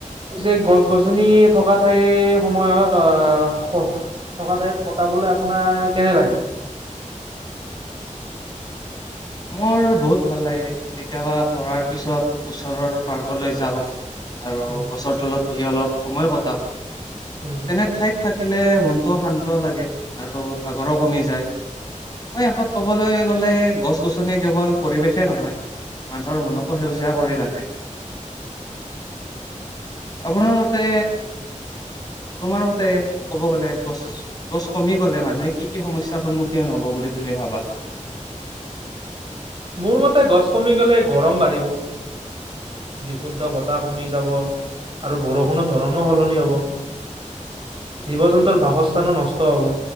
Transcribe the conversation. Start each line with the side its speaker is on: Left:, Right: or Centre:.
Right: পিছে গছ গছনি থকা ঠাইৰ সময়ত আহ ক থকা টাইপ কটাবলৈ আপোনাৰ কেনে লাগে?
Left: মোৰ বহুত ভাল লাগে কেতিয়াবা পঢ়াৰ পিছত ওচৰৰ পাৰ্কলৈ যাওঁ আৰু
Right: উম,
Left: গছৰ তলত বহি অলপ সময় কটাও
Right: উম,
Left: তেনে ঠাইত থাকে খিলে মনতটোও শান্ত লাগে আৰু ভাগৰো কমি য মই শেষত কবলৈ গ'লে গছ গছনি কেৱল পৰিৱেশে নহয় মানুহৰ
Right: উম,
Left: মনকো সেউজীয়া কৰি ৰাখে। আপোনাৰ মতে তোমাৰ মতে ক'ব গ'লে গছ গছ কমি গ'লে মানুহে কি কি সমস্যাৰ সন্মুখীন হ'ব বুলি তুমি ভাবা?
Right: মোৰ মতে গছ কমি গলে গৰম বাঢ়িব। বিশুদ্ধ
Left: অ'
Right: বতাহ কমি যাব আৰু বৰষুণৰ ধৰণো সলনি হ'ব। জীৱ জন্তুৰ বাসস্থানো নষ্ট হব।